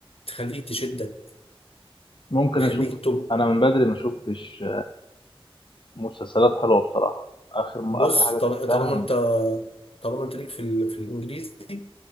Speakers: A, on the left (about 70°); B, on the left (about 55°).
A: تخليك تشدك
B: ممكن
A: يخليك
B: اشوف
A: توب
B: انا من بدري ما شفتش مسلسلات حلوة بصراحة آخر
A: بص
B: آخر حاجة
A: طال-
B: شفتها
A: طالما أنت طالما أنت ليك في ال... في الإنجليزي